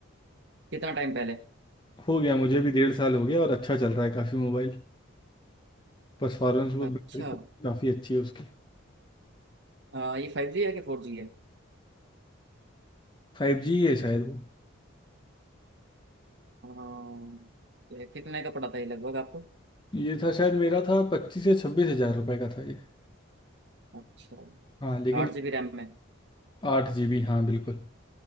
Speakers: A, on the right; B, on the left.
A: कितना टाइम पहले
B: हो गया मुझे भी डेढ़ साल हो गया और अच्छा चल रहा है काफ़ी मोबाइल परफॉर्मेंस वो
A: अच्छा
B: बैटरी सब काफ़ी अच्छी है उसकी
A: आ, ये फाइव जी है कि फोर जी है
B: फाइव जी है शायद वो
A: हाँ ये कितने का पड़ा था ये लगभग आपको
B: ये था शायद मेरा था पच्चीस या छब्बीस हज़ार रुपये का था ये
A: अच्छा
B: हाँ लेकिन
A: आठ जी बी रैम में
B: आठ जीबी हाँ बिल्कुल